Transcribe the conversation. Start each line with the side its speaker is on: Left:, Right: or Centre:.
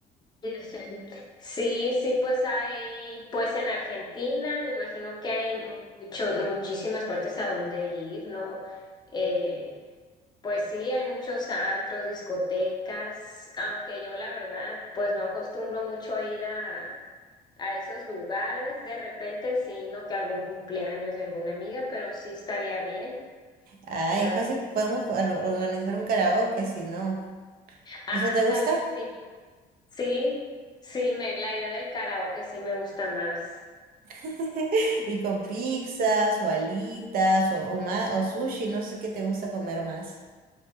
Left: <laughs> Ujú. Sí, sí, pues hay, pues en Argentina, me imagino que hay mucho, muchísimas partes a donde ir, ¿no? Eh, Pues sí, hay muchos antros, discotecas, aunque yo la verdad, pues no acostumbro mucho a ir a, a esos lugares. De repente sí, no que algún cumpleaños de alguna amiga, pero sí estaría bien,
Right: Ay,
Left: ¿verdad?
Right: fácil, podemos al- organizar un karaoke si no.
Left: Ándale,
Right: ¿Eso te gusta?
Left: sí, sí, sí, me, la idea del karaoke sí me gusta más.
Right: <laughs> Y con pizzas o alitas o, o, ma- o sushi, no sé qué te gusta comer más.